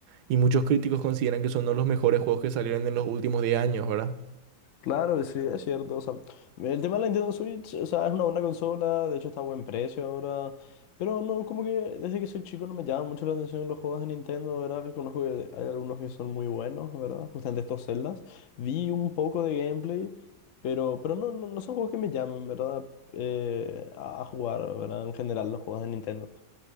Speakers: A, on the right; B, on the left.
A: y muchos críticos consideran que son uno de los mejores juegos que salieron en los últimos 10 años, ¿verdad?
B: Claro, sí, es cierto. O sea, el tema de la Nintendo Switch, o sea, es una buena consola, de hecho está a buen precio ahora. Pero no, como que desde que soy chico no me llama mucho la atención los juegos de Nintendo, ¿verdad? Reconozco que hay algunos que son muy buenos, ¿verdad? Justamente estos Zeldas. Vi un poco de gameplay, pero, pero no, no, no son juegos que me llamen, ¿verdad? Eh, a a jugar, ¿verdad? En general los juegos de Nintendo.